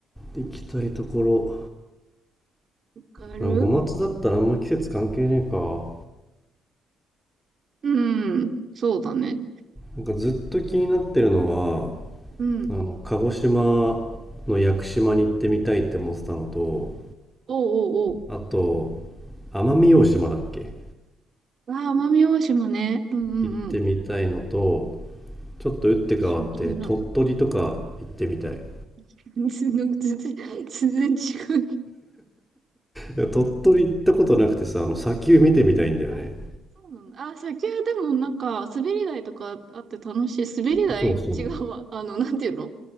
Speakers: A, in the centre; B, on the right.
A: 行きたいところ。
B: かる
A: なんかごまつだったらあんま季節関係ねえか。
B: うん。そうだね。
A: なんかずっと気になってるのは、
B: うん。
A: あの、鹿児島の屋久島に行ってみたいって思ってたのと、
B: おうおうお
A: あと、奄美大島だっけ
B: う。ああ、奄美大島ね。うんうんうん。
A: 行ってみたいのと、ちょっと打って変わって鳥取とか行ってみたい。
B: 私も気になる。<laughs> なんか全然、全然違う。
A: いや鳥取行ったことなくてさ、あの、砂丘見てみたいんだよね。
B: あ、そうなんだ。あ、先はでもなんか、滑り台とかあって楽しい。滑り台違うわ。
A: そうそう。
B: あの、なんていうの